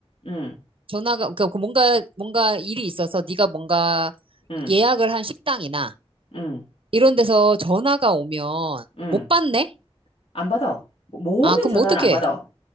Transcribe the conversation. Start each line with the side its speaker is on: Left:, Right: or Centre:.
Left: 음,
Right: 전화가, 그러니까 그 뭔가, 뭔가 일이 있어서 네가 뭔가
Left: 음,
Right: 예약을 한 식당이나
Left: 음,
Right: 이런 데서 전화가 오면
Left: 음.
Right: 못 받네?
Left: 안 받아. 모든
Right: 아, 그럼
Left: 전화는
Right: 어떻게?
Left: 안 받아.